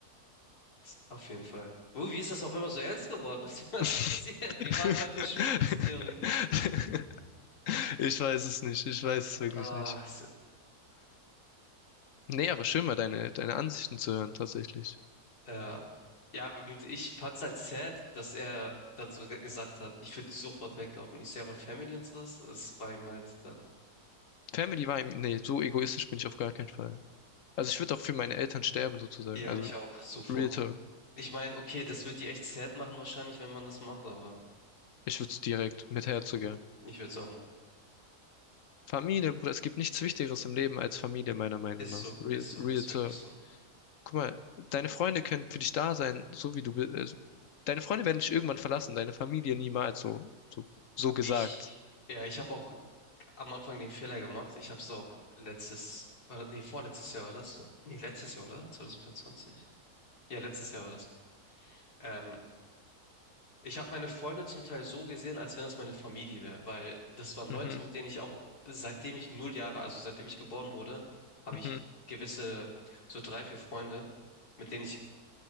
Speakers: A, on the left (about 80°); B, on the left (about 60°).
A: ist- auf jeden Fall. Uh, wie ist das auch immer so ernst geworden? <laughs> Was, was
B: <laughs>
A: passiert? Wir waren bei Verschwörungstheorien.
B: Ich weiß es nicht, ich weiß es wirklich
A: Ah,
B: nicht.
A: es-
B: Nee, aber schön mal deine, deine Ansichten zu hören, tatsächlich.
A: Ja, ja, und ich fand's halt sad, dass er dann so ge- gesagt hat, ich würde sofort weglaufen. Ich sehe aber Family und so das Das ist bei ihm halt dann.
B: Family war, im- nee, so egoistisch bin ich auf gar keinen Fall. Also ich würde auch für meine Eltern sterben, sozusagen.
A: Ja,
B: Also
A: ich auch, sofort.
B: Real Talk.
A: Ich meine, okay, das wird die echt sad machen wahrscheinlich, wenn man das macht, aber
B: Ich würde es direkt mit Herzogern.
A: ich würde es auch machen.
B: Familie, Bruder, es gibt nichts Wichtigeres im Leben als Familie, meiner Meinung
A: Ist
B: nach.
A: so,
B: Real,
A: ist so,
B: real
A: ist
B: talk.
A: wirklich so.
B: Guck mal, deine Freunde können für dich da sein, so wie du bist. Äh, deine Freunde werden dich irgendwann verlassen, deine Familie niemals, so, so, so gesagt.
A: Ich, ja, ich habe auch am Anfang den Fehler gemacht. Ich habe es auch letztes, war das, nee, vorletztes Jahr war das? Nee, letztes Jahr, oder? 2024? Ja, letztes Jahr war das. Ähm, Ich habe meine Freunde zum Teil so gesehen, als wenn das meine Familie wäre, weil das waren Leute,
B: Mhm,
A: mit denen ich auch, seitdem ich null Jahre, also seitdem ich geboren wurde, habe
B: mhm.
A: ich gewisse, so drei, vier Freunde, mit denen ich